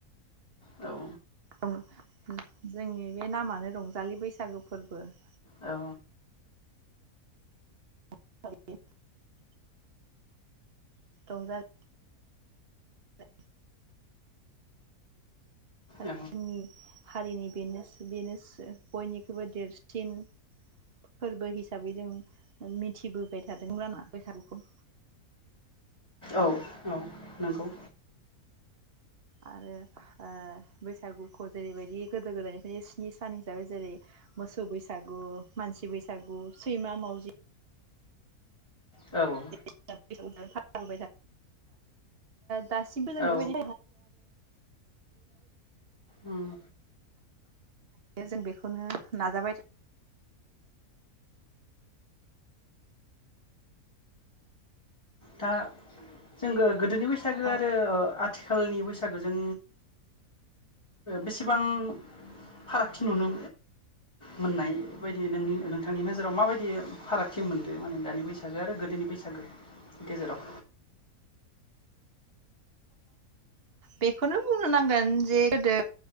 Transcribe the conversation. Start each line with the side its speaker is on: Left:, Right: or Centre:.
Left: औ
Right: रं जोंनि बे नामानो रंजालि बैसागो फोरबो रं
Left: औ
Right: <inaudible> रंजालि <inaudible> आरो
Left: औ
Right: जोंनि हारिनि बेनो बेनोस बेनोस बयनिख्रुइबो देरसिन फोरबो हिसाबै जों मिथिबोबाय थादोंमोनना बैसागुखौ।
Left: औ औ नंगौ
Right: आरो ओ बैसागुखौ जेरैबायदि गोदो गोदायनिफ्रायनो स्नि सान हिसाबै जेरै मोसौ बैसागु मानसि बैसागु सैमा मावजि
Left: औ
Right: <inaudible> ओ दासिमबो जों
Left: औ
Right: बेबायदि
Left: उम
Right: <inaudible> जों बेखौनो नाजाबाय
Left: दा जों गो गोदोनि बैसागो
Right: औ
Left: आरो ओ आथि खालनि बैसागोजों बेसेबां फारागथि नुनो मोननाय बायदि नोंनि नोंथांनि नोजोराव माबायदि फारागथि मोनदों माने दानि बैसागो आरो गोदोनि बैसागो। गेजेराव
Right: बेखौनो बुंनो नांगोन जे गोदो